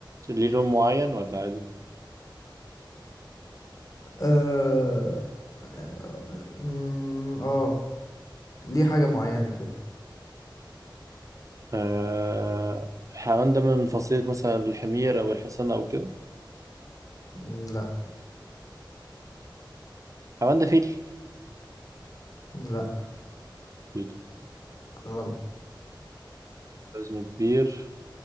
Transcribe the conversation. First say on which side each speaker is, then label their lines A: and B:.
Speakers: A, on the right; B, on the left.
A: ليه لون معين ولا عادي؟
B: اه اه أمم، آه. ليه حاجة معينة كده
A: آه، الحيوان ده من فصيلة مثلا الحمير أو الحصان أو كده
B: أمم، لا
A: الحيوان ده فيل
B: لا
A: فيل
B: غلط
A: وزنه كبير